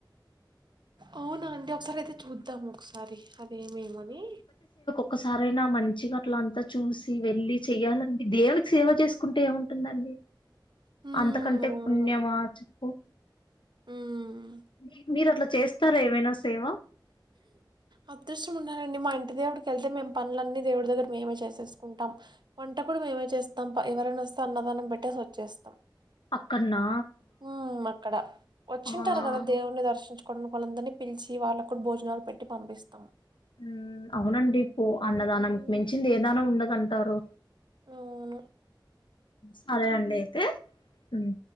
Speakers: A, on the right; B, on the left.
A: అవునా అండి ఒకసారి అయితే చూద్దాం ఒకసా సరే అదేమేమని
B: క్కసారైన్ నా మంచిగ అట్ల అంతా చూసి వెళ్ళి చెయ్యాలండి దేవునికి సేవ చేసుకుంటే ఏముంటుందండి
A: హ్మ్
B: అంతకంటే
A: అవును
B: పుణ్యమా ప్
A: హ్మ్
B: మీ మీరు అట్ల చేస్తారా ఏవైనా సేవ
A: అదృష్టం ఉన్నారండి మా ఇంటి దేవుడికెళ్తే మేము పనులన్నీ దేవుడి దగ్గర మేమే చేసేసుకుంటాం వంట కూడా మేమే చేస్తాం ఎవరైనా వస్తే అన్నదానం పెట్టేసొచ్చేస్తాం.
B: అక్కన్నా
A: హ్మ్ అక్కడ వచ్చింటారు
B: ఆ
A: కదా దేవున్నీ దర్శించు కొ కొలందరిని పిలిచి వాళ్ళ కూడ్ భోజనాలు పెట్టి పంపిస్తాం
B: హ్మ్ అవునండి ఓ అన్నదానం
A: హ్మ్.
B: మించింది ఏ దానం ఉండదన్ టరు
A: అవును
B: సరే అండి అయితే హ్మ్